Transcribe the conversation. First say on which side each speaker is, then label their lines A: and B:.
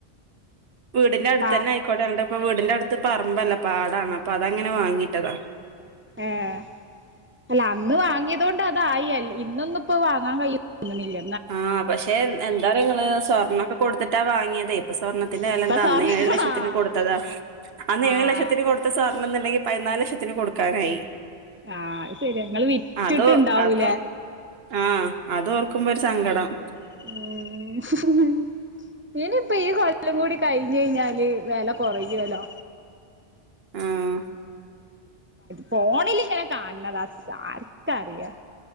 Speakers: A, on the right; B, on the right.
A: വീടിന്റെ അടുത്ത്
B: പാ
A: തന്നെ ആയിക്കോട്ടെ എന്താ ഇപ്പോ വീടിന്റെ അടുത്തന്നെ ആയിക്കോട്ടെ ന്നി ട്ടിപ്പൊ വീടിന്റെടുത്തപ്പം പറമ്പല്ല പാടാണ് അപ്പോ അത് അങ്ങനെ വാങ്ങീട്ടതാ-
B: ആഹ്. അല്ല അന്ന് വാങ്ങിയതുകൊണ്ട് അതായി അ ഇന്നൊന്നും ഇപ്പോ വാങ്ങാൻ കഴിയില്ല തോന്നുന്നില്ല.
A: ആഹ് പക്ഷേ എന്താറിയ ഇങ്ങള് സ്വർണ്ണൊക്കെ കൊടുത്തിട്ടാ വാങ്ങിയതേ- ഇപ്പൊ സ്വർണത്തിന്റെ
B: ഇപ്പ
A: വെല എന്താ
B: സാറ്
A: അന്ന് ഏഴ് ലക്ഷത്തിന്
B: ആഹ്
A: കൊടുത്തതാ അന്ന്
B: ആഹ്
A: ഏഴ് ലക്ഷത്തിന് കൊടുത്ത സ്വർണ്ണം ഇന്നുണ്ടെങ്കി പതിനാല് ലക്ഷത്തിന് കൊടുക്കാനായി.
B: ആഹ് അത് ശെരിയാ ഇങ്ങള് വിറ്റിട്ട്
A: അതോ
B: ഇണ്ടാവൂല്ലേ?
A: അതോർ ആഹ് അത് ഓർക്കുമ്പോ ഒരു സങ്കടം.
B: ഉം. ഇനി ഇപ്പോ ഈ കൊല്ലം കൂടി കഴിഞ്ഞഴിഞ്ഞാല് വെല കൊറയോ ല്ലോ.
A: ആഹ്.
B: ഫോണിൽ ഇങ്ങനെ കാണുന്നതാ ആർക്ക് അറിയാം.